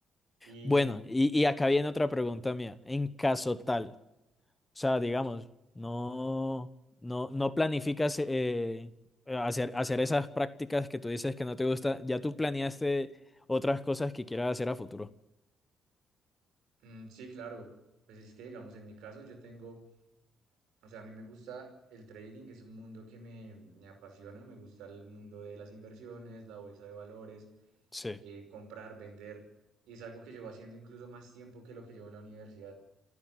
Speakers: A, on the right; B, on the left.
A: Y
B: Bueno, y, y acá viene otra pregunta mía. En caso tal, o sea, digamos, no, no, no planificas eh, hacer, hacer esas prácticas que tú dices que no te gusta, ya tú planeaste otras cosas que quieras hacer a futuro.
A: mm, sí, claro, pues es que digamos en mi caso yo tengo, o sea, a mí me gusta el trading, que es un mundo que me me apasiona, me gusta el mundo de las inversiones, la bolsa de valores
B: Sí.
A: eh, comprar, vender, y es algo que llevo haciendo incluso más tiempo que lo que llevo en la universidad.